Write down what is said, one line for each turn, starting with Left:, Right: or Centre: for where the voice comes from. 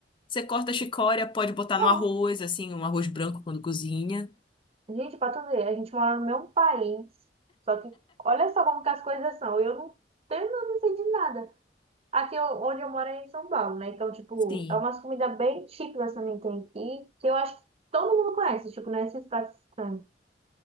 Left: Você corta a chicória, pode botar
Right: não.
Left: no arroz, assim, um arroz branco quando cozinha.
Right: Gente, pra tu ver, a gente mora no mesmo país. Só que, olha só como que as coisas são. Eu não tenho, eu não sei de nada. Aqui eu- onde eu moro é em São Paulo, né? Então, tipo,
Left: Sim.
Right: é umas comidas bem típicas também que tem aqui, que eu acho que todo mundo conhece. Tipo, não é esses pratos estranhos,